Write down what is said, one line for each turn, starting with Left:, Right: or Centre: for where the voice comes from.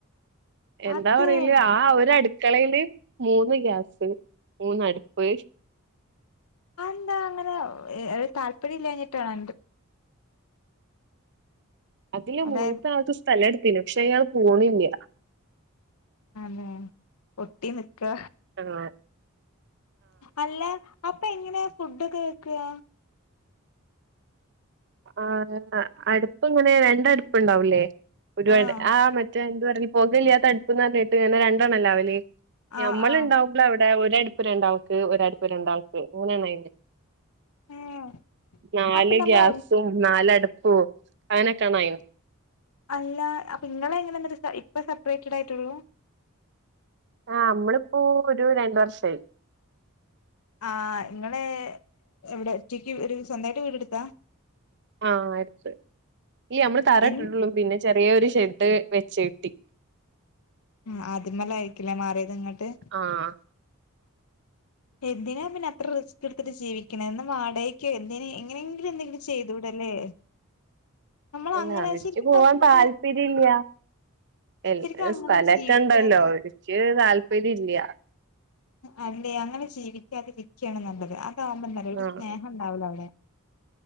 Right: എന്താ
Left: അതെ
Right: പറയല് ആ ഒരു അടുക്കളയില് മൂന്ന് ഗ്യാസ് മൂന്ന്ടുപ്പ്
Left: ആ എന്താ അങ്ങനെ ഒരു താല്പര്യം ഇല്ലഞ്ഞിട്ടാാണ് ന്റെ
Right: അതില്ല
Left: അതായത്
Right: മൂത്ത ആൾക്ക് സ്ഥലം എടുത്തിന് പക്ഷെ അയാൾ പോണില്ല
Left: ആണോ ഒട്ടി നിക്കാ
Right: ആഹ
Left: അല്ല അപ്പൊ എങ്ങനെയ ഫുഡ് വെക്കാ
Right: ആ അടുപ്പ് ഇങ്ങനെ രണ്ടടുപ്പുണ്ടാവുംല്ലേ ഒരു
Left: ആഹ്
Right: ആ മ രണ്ടും ഇറങ്ങി പുക ഇല്ലാത്ത അടുപ്പന്ന് പറഞ്ഞിട്ട് ഇങ്ങനെ രണ്ടാണ്ണം ഉണ്ടാവൂലെ
Left: ആഹ്
Right: ഞമ്മളുണ്ടാവും
Left: ആഹ്
Right: ഞങ്ങളവിടെ ഒര അടുപ്പ് രണ്ടാ ആൾക്ക് ഒരടുപ്പ് രണ്ടാൾക്ക് അയ്മ്മെ
Left: ഏഹ്
Right: നാളല്ലേ
Left: അപ്പൊ നമ്മൾ
Right: ഗ്യാസ് നാലടുപ്പ അങ്ങനൊക്കെയണ
Left: അല്ല അപ്പൊ നിങ്ങളെ എങ്ങനെ ഇപ്പ സെപ്പറേറ്റഡ് ആയിട്ടുള്ളൂ
Right: ആ നമ്മളിപ്പോ ഒരു രണ്ട വർഷായി
Left: ആ നിങ്ങളെ എവിടെറ്റിക്ക് ഒരു സ്വന്തമായിട്ട് വീടെ എടുത്താ
Right: ആഹ അടുത്ത ഈ നമ്മള് തറട്ടിട്ടുള്ളും
Left: എന്ന്
Right: പിന്നെ ചെറിയൊരു ഷെഡ് വെച്ച് കെട്ടി
Left: ആ ആദ്യമല ആയിക്കില്ലേ മാറിയത് ഇങ്ങട്ട്
Right: ആഹാ
Left: എന്തിനാ പിന്നെ അത്ര റിസക് എടുത്തിട്ട് ജീവിക്കണ എന്നാ വാടകക്കോ എന്തിന എങ്ങനെങ്കില എന്തെങ്കിലും ചെയ്തൂടല്ലേ നമ്മൾ
Right: അല്ല
Left: അങ്ങനെ
Right: ഇച്ച്
Left: ശരിക്കും
Right: പോവാൻ
Left: പറഞ്ഞിട്ടുണ്ടെങ്കില്
Right: താല്പര്യ ഇല്ല എ
Left: ശരിക്കും അങ്ങനെ
Right: സ്ഥലൊക്കെ
Left: ജീവിക്കാതിരി
Right: ഉണ്ടല്ലോ ഇക്ക് താല്പര്യം ഇല്ല്യ
Left: അല്ലേ അങ്ങനെ ജീവിക്കാതിരിക്കുകയാണ് നല്ലത് അതാകുമ്പോ എന്താ ഒരു
Right: ആഹ്
Left: സ്നേഹം ഉണ്ടാവലോ അവിടെ